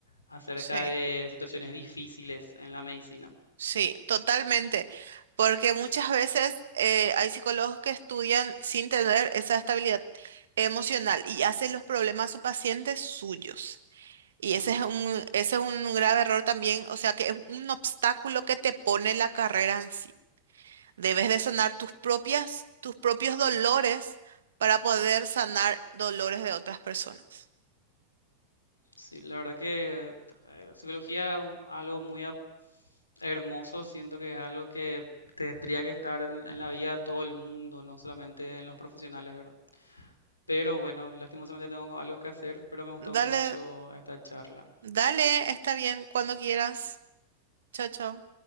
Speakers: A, on the left; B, on the right.
A: acerca
B: Sí,
A: de situaciones difíciles en la medicina.
B: sí, Totalmente, porque muchas veces eh, hay psicólogos que estudian sin tener esa estabilidad emocional y hacen los problemas a sus pacientes suyos. Y
A: Mm,
B: ese es un, ese es un grave error también, o sea que es un obstáculo que te pone la carrera en sí. Debes de sanar tus propias, tus propios dolores para poder sanar dolores de otras personas.
A: Sí, la verdad que eh, psicología es u- algo muy ap- hermoso. Siento que es algo que tendría que estar en, en la vida de todo el mundo, no solamente en los profesionales, ¿verdad? Pero bueno, lastimosamente tengo algo que hacer, pero me gustó
B: Dale,
A: mucho esta charla.
B: dale, está bien, cuando quieras. Chao, chao.